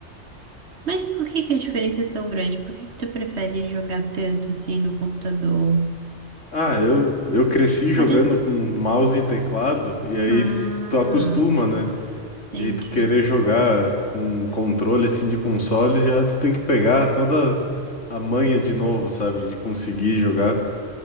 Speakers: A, on the right (about 60°); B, on the left (about 80°).
A: mas por que que a diferença é tão grande? Por que que tu prefere jogar tanto assim no computador?
B: Ah, eu, eu cresci jogando
A: Parece.
B: com mouse e teclado, e aí
A: Hum,
B: f- tu acostuma, né?
A: entendi.
B: E aí tu querer jogar com controle assim de console, já tu tem que pegar toda a manha de novo, sabe? De conseguir jogar.